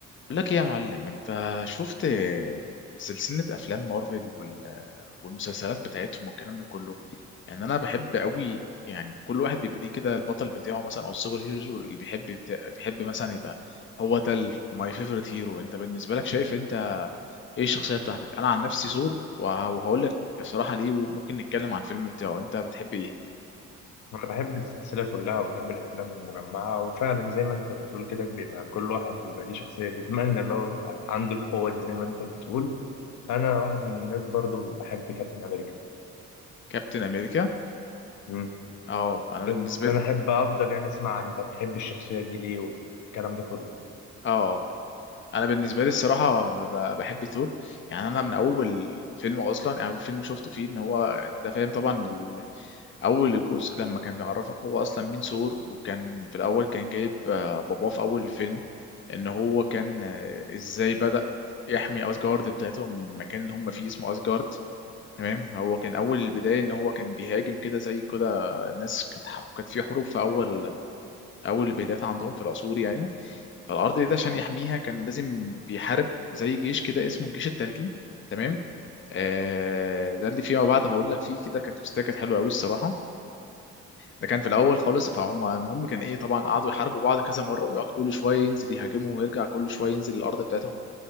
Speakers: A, on the left; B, on the left.
A: بقول لك ايه يا معلم انت شفت سلسلة افلام مارفل وال- والمسلسلات بتاعتهم والكلام ده كله يعني انا بحب قوي يعني كل واحد بيبقى ليه كده البطل بتاعه مثلا او السوبر هيرو اللي بيحب بتا... بيحب مثلا يبقى هو ده ماي فيفورت هيرو انت بالنسبة لك شايف انت ايه الشخصية بتاعتك انا عن نفسي ثور وه- وهقول لك الصراحة ليه وممكن نتكلم عن الفيلم بتاعه انت بتحب ايه
B: أنا بحب السلسلة كلها وبحب الأفلام المجمعة وفعلا زي ما أنت بتقول كده بيبقى كل واحد بيبقى ليه شخصية بيتمنى اللي هو يبقى عنده القوة دي زي ما أنت بتقول أنا واحد من الناس برضو بحب كابتن أمريكا
A: كابتن امريكا
B: مم.
A: اه انا بالنسبة
B: بس أنا
A: لي
B: أحب أفضل يعني أسمع أنت بتحب الشخصية دي ليه والكلام ده كله
A: اه انا بالنسبه لي الصراحه ب- بحب ثور يعني انا من اول فيلم اصلا يعني اول فيلم شفته فيه ان هو انت فاهم طبعا ال- اول جزء لما كان بيعرفك هو اصلا مين ثور وكان في الاول كان جايب آه، باباه في اول الفيلم ان هو كان آه، ازاي بدأ يحمي اسجارد بتاعتهم من المكان اللي هم فيه اسمه اسجارد تمام هو كان اول البدايه ان هو كان بيهاجم كده زي كده ناس كانت ح- كانت في حروب في اول اول البدايات عندهم في العصور يعني فالارض دي عشان يحميها كان لازم بيحارب زي جيش كده اسمه الجيش الثلجي تمام آه ده اللي فيما بعد هقول لك فيه كده كانت تستات كانت حلوه قوي الصراحه ده كان في الاول خالص فهم المهم كان ايه طبعا قعدوا يحاربوا بعض كذا مره ويقعد كل شويه ينزل يهاجمهم ويرجع كل شويه ينزل الارض بتاعتهم